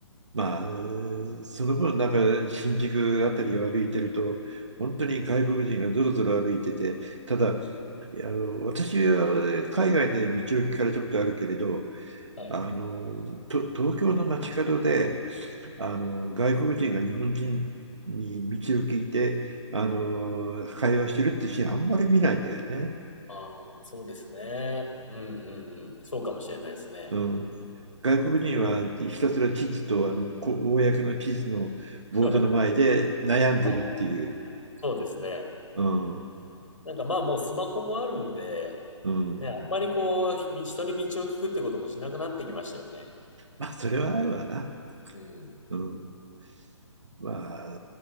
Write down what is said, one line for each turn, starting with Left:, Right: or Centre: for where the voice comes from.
Right: まあ、その分、なんか新宿あたりを歩いてると、本当に外国人がぞろぞろ歩いてて、ただいや、あの、私は海外で道を聞かれたことあるけれど、
Left: はい。
Right: あの、と東京の街角で、あの、外国人が日本人に道を聞いて、あの、会話してるってシーンあんまり見ないんだよね。
Left: ああ、そうですね。うんうんうん。そうかもしれないですね。
Right: うん。外国人はひたすら地図と、あの、こ公の地図のボードの前で悩んでるっていう。
Left: <laughs> はい、そうですね。
Right: うん。
Left: なんかまあもうスマホもあるんで、
Right: うん。
Left: ね、あんまりこう、み人に道を聞くってこともしなくなってきましたよね。
Right: まあ、それはあるわな。
Left: うん。
Right: うん。まあ、